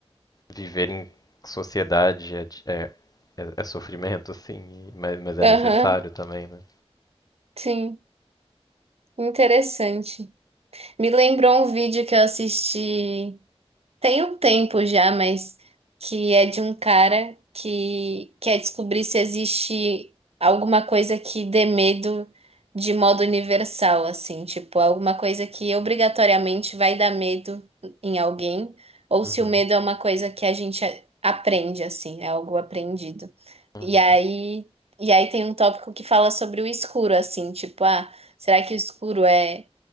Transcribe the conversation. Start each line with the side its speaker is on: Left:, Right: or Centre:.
Left: viver em sociedade é, é, é- é sofrimento, assim, e- mas, mas é necessário
Right: Aham,
Left: também, né?
Right: sim, interessante. Me lembrou um vídeo que eu assisti. Tem um tempo já, mas que é de um cara que quer descobrir se existe alguma coisa que dê medo de modo universal, assim, tipo, alguma coisa que obrigatoriamente vai dar medo em alguém, ou
Left: Uhum,
Right: se o medo é uma coisa que a gente a- aprende, assim, é algo aprendido.
Left: uhum,
Right: E aí, e aí tem um tópico que fala sobre o escuro, assim, tipo, ah, será que o escuro é